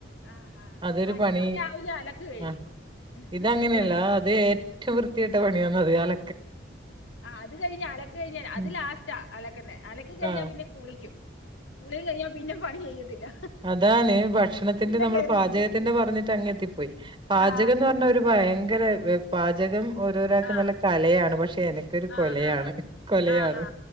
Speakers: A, on the left (about 80°); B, on the right (about 25°).
A: ആഹ്
B: അതൊരു
A: ആഹ്
B: പണി
A: ഞാൻ രാവിലെ അലക്ക് കഴിയും
B: ആഹ് ഇതങ്ങനെയല്ല
A: ഇവരെല്ലാരും
B: ആ അതെ ഏറ്റം വൃത്തികെട്ട പണിയാണത് അല
A: ആ അത് കഴിഞ്ഞ് അലക്ക്‌ കഴിഞ്ഞാൽ അത്
B: ഉം
A: ലാസ്റ്റാ അലക്ക്ന്നെ അലക്കി കഴിഞ്ഞാ
B: ആഹ്
A: പിന്നെ കുളിക്കും, കുളീം കഴിഞ്ഞാ പിന്നെ പണി ചെയ്യത്തില്ല.
B: അതാണേ ഭക്ഷണത്തിന്റെ
A: പിന്നെ
B: നമ്മള്
A: കേറിയിരിക്കും
B: പാചകത്തിന്റെ പറഞ്ഞിട്ട് അങ്ങെത്തിപ്പോയി പാചകം
A: ആഹ്
B: എന്ന് പറഞ്ഞരു ഭയങ്കരെ ഏഹ് പാചകം ഓരോരാൾക്ക്
A: ആഹ്
B: നല്ല കലയാണ് പക്ഷെ എനക്കൊരു
A: ആഹ്
B: കൊലയാണ്
A: ആഹ് ആഹ്
B: കൊലയാണ്.
A: ആഹ്